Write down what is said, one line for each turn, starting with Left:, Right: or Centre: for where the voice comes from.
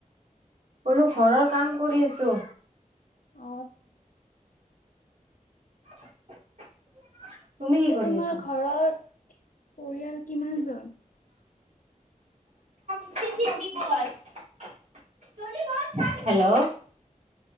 Right: বোলো ঘৰৰ কাম কৰি আছোঁ।
Left: অ
Right: <inaudible> তুমি
Left: পিছে
Right: কি কৰি
Left: তোমাৰ
Right: আছা?
Left: ঘৰৰ পৰিয়াল, কিমান জন?
Right: <unintelligible> হেল্ল'